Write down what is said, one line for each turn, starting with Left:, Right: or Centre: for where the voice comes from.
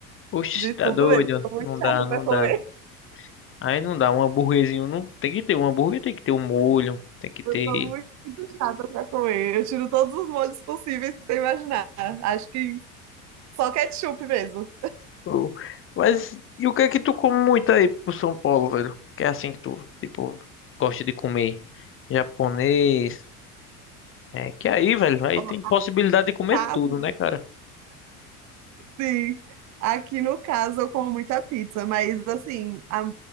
Left: Oxe,
Right: De tudo
Left: tá doido?
Right: mesmo. Eu Tô muito
Left: Não
Right: chata
Left: dá, não
Right: pra comer.
Left: dá. Aí não dá. Um hambúrguerzinho. Não... Tem que ter um hambúrguer, tem que ter um molho. Tem que ter.
Right: Eu tô muito chata pra comer. Eu tiro todos os molhos possíveis que você imaginar. Acho que só ketchup mesmo.
Left: Pô. Mas e o que é que tu come muito aí pro São Paulo, velho? Que é assim que tu, tipo, gosta de comer japonês. É que aí, velho, aí
Right: Ó,
Left: tem possibilidade de comer
Right: caso,
Left: tudo, né, cara?
Right: sim. Aqui no caso eu como muita pizza, mas assim, a,